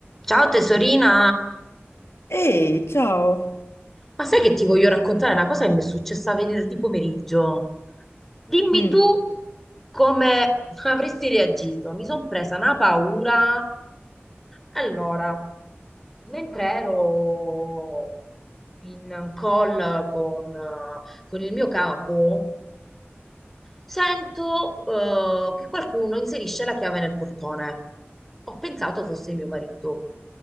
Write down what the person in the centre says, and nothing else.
Ciao tesorina,
ma sai che ti voglio raccontare una cosa che mi è successa venerdì pomeriggio? Dimmi
tu come avresti reagito. Mi sono presa una paura. Allora, mentre ero in call con, con il mio capo, sento eh, che qualcuno inserisce la chiave nel portone. Ho pensato fosse mio marito.